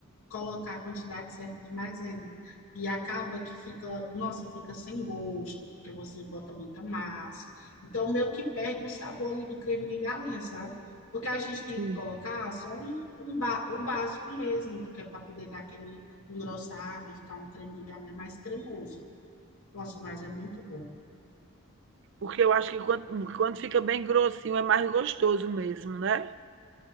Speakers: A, on the left; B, on the right.
A: colocar a quantidade certa de maisena. E acaba que fica, nossa, fica sem gosto, porque você bota muita massa. Então, meio que perde o sabor ali do creme de galinha, sabe? Porque a gente tem
B: Sim.
A: que colocar só um, um ba- o básico mesmo, porque é para poder dar aquele engrossado e ficar um creme de galinha mais cremoso. Nossa, mas é muito bom.
B: Porque eu acho que quando, quando fica bem grossinho é mais gostoso mesmo, né?